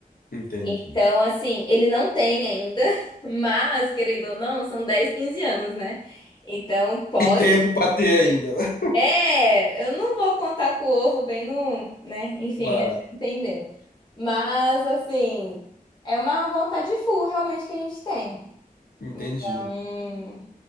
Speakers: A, on the left; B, on the left.
A: Entendi.
B: Então, assim, ele não tem ainda, <laughs> mas, querendo ou não, são 10, 15 anos, né? Então, pode.
A: Tem tempo pra ter ainda, né?
B: É, eu não vou contar com o ovo bem no, né? Enfim,
A: <laughs> Claro,
B: acho que entendeu. Mas, assim, é uma vontade full realmente que a gente tem.
A: entendi.
B: Então,